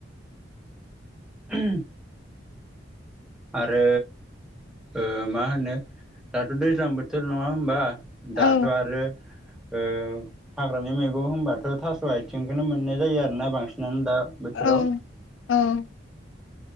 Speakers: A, in the centre; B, on the left.
A: ओम आरो ओ मा होनो दाथ' दैज्लां बोथोर नङा होमबा? दाथ'
B: औ
A: आरो ओ हाग्रानि मैगं होनबाथ' थास' आथिंखौनो मोननाय जायो आरोना बांसिन । मोनो दा बोथोराव।
B: औ ओमफ्राय